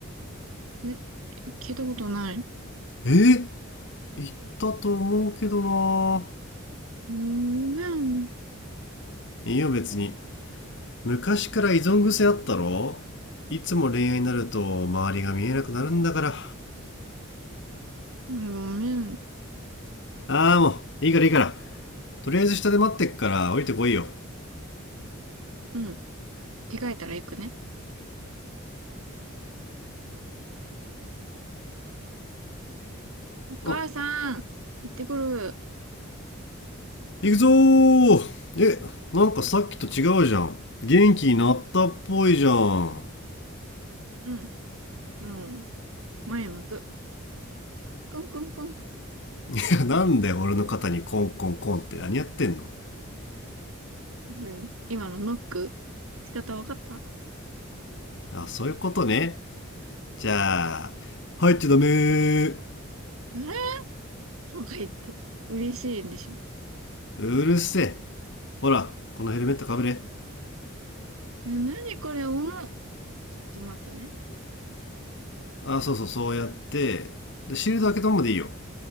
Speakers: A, on the right; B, on the left.
A: え、聞いたことない。
B: えー、言ったと思うけどな
A: うん、ごめん、
B: いいよ別に昔から依存癖あったろいつも恋愛になると周りが見えなくなるんだから。
A: ごめん。
B: ああ、もう、いいからいいから。とりあえず下で待ってっから降りてこいよ。
A: うん、着替えたら行くね。お母さん、
B: あ、
A: 行ってくる。
B: 行くぞーえ、なんかさっきと違うじゃん。元気になったっぽいじゃん。
A: うん、もう、前向く。コンコンコン。
B: いや、なんで俺の肩にコンコンコンって何やってんの
A: ずん今のノック、仕方わかったあ
B: あ、そういうことね。じゃあ、入っちゃダメー。
A: れとか言って、嬉しいんでしょ。
B: うるせえ。ほら、このヘルメットかぶれ。
A: え、なにこれ、重っ。ちょっと待ってね。
B: あ、そうそう、そうやって。で、シールド開けたままでいいよ。